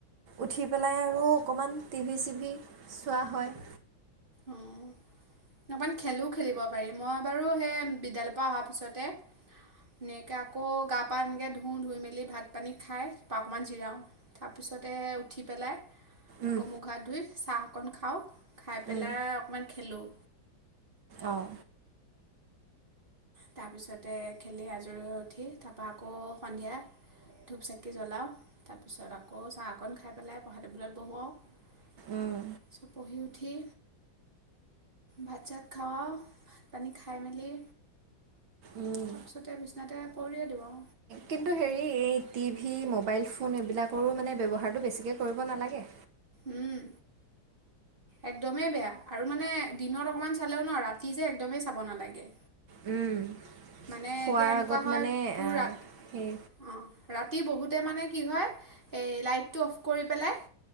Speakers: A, on the right; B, on the right.
A: উঠি পেলাই আৰু অকণমান টি ভি চিভি চোৱা হয়।
B: অ অকণমান খেলো খেলিব পাৰি, মই বাৰু সেই বিদ্যালয়ৰ পৰা অহাৰ পিছতে এনেকৈ আকৌ গা পা এনেকৈ ধুওঁ ধুই মেলি ভাত পানী খাই ত অকণমান জিৰাও তাৰপিছতে উঠি পেলাই।
A: উম
B: আকৌ মুখ হাত ধুই চাহ। অকণ খাওঁ খাই। পেলাই
A: উম
B: অকণমান খেলোঁ।
A: অঁ।
B: তাৰপিছতে খেলি আজৰি হৈ উঠি, তাৰপৰা আকৌ সন্ধিয়া ধূপ চাকি জ্বলাওঁ তাৰপিছত আকৌ চাহ অকণ খাই পেলাই পঢ়া টেবুলত বহোৱাওঁ।
A: উম
B: চ। পঢ়ি উঠি ভাত চাত খাওঁ, ভাত পানী খাই মেলি।
A: উম
B: তাৰপিছতে। তাতে পৰিয়ে দিও অ।
A: কিন্তু হেৰি, এই টি ভি মোবাইল ফোন এইবিলাকৰো মানে ব্যৱহাৰটো বেছিকে কৰিব নালাগে।
B: উম, একদমেই বেয়া আৰু মানে দিনত অকমান চালেও ন ৰাতি যে একদমেই চাব নালাগে।
A: উম।
B: মানে
A: শোৱাৰ
B: এতিয়া এনেকুৱা
A: আগত
B: হয়,
A: মানে
B: তোৰ ৰা অ
A: সেই
B: ৰাতি বহুত। পঢ়োতে মানে কি হয় এ লাইটটো অফ কৰি পেলাই।